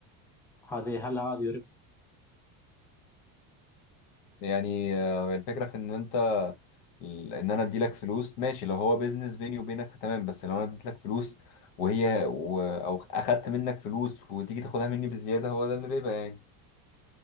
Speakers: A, in the centre; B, on the left.
A: هذه هل هذه ربا؟
B: يعني آه، الفكرة في ان انت ان انا ادي لك فلوس ماشي لو هو بيزنس بيني وبينك تمام بس لو انا اديت لك فلوس وهي و... او اخدت منك فلوس وتيجي تاخدها مني بزيادة هو ده الربا يعني